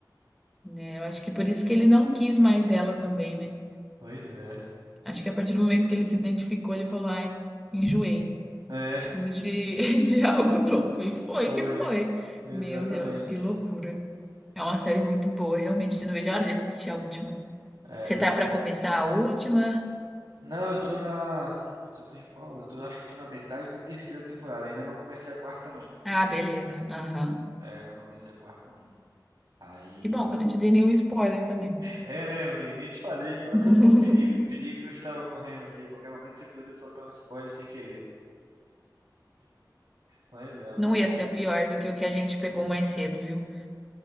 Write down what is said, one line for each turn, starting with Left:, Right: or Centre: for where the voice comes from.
Centre: né? Eu acho que por isso que ele não quis mais ela também, né?
Right: Pois é.
Centre: Acho que a partir do momento que ele se identificou, ele falou, ai, enjoei,
Right: É,
Centre: preciso de, <laughs> de algo novo. E foi
Right: foi.
Centre: que foi.
Right: Exatamente.
Centre: Meu Deus, que loucura. É uma série muito boa, realmente. Eu não vejo a hora de assistir a última.
Right: É.
Centre: Você tá pra começar a última?
Right: Não, eu tô na. Putz, eu tô em qual? Eu tô, acho que eu tô na metade da terceira temporada. Ainda não comecei a quarta, não.
Centre: Ah, beleza. Aham.
Right: É, não comecei a quarta, não. Aí
Centre: Que bom
Right: tô.
Centre: que eu não te dei nenhum spoiler também.
Right: É, né? Eu nem, nem te falei. Olha
Centre: <laughs>
Right: só o perigo, o perigo que eu estava correndo aqui. A qualquer momento você poderia soltar um spoiler sem querer. Mas é uma
Centre: Não
Right: série
Centre: ia
Right: boa.
Centre: ser pior do que o que a gente pegou mais cedo, viu?